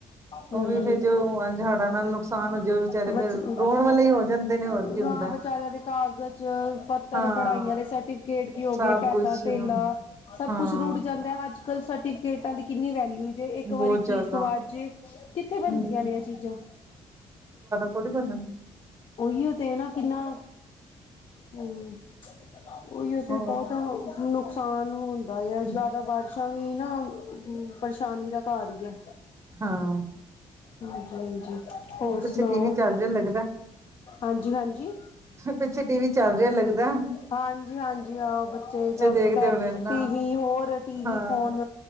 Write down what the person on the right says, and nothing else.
ਉਹ
ਵੀ ਫੇਰ ਜੋ ਅੰਜ ਹਾੜਾਂ ਨਾਲ ਨੁਕਸਾਨ ਹੋ ਜਾਵੇ ਵਿਚਾਰੇ
ਫੇਰ ਰੋਣ ਵਾਲੇ ਹੀ ਹੋ ਜਾਂਦੇ ਨੇ ਹੋਰ ਕੀ ਹੁੰਦਾ।
ਹਾਂ
ਸਭ
ਕੁਛ
ਹਾਂ
ਬਹੁਤ
ਜ਼ਿਆਦਾ
ਹੂੰ
ਥੋੜੀ ਬਨਨ
ਹੋਰ
ਹੂੰ
ਹਾਂ
ਪਿੱਛੇ ਟੀ ਵੀ ਚੱਲ ਰਿਹਾ ਲੱਗਦਾ
ਪਿੱਛੇ ਟੀ ਵੀ ਚੱਲ ਲੇਆ ਲੱਗਦਾ।
ਦੇਖਦੇ
ਹੋਣੇ ਇਨਾ
ਹਾਂ